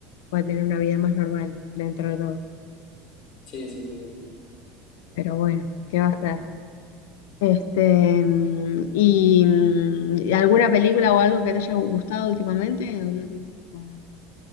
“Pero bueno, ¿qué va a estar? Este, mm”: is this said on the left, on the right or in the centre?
Left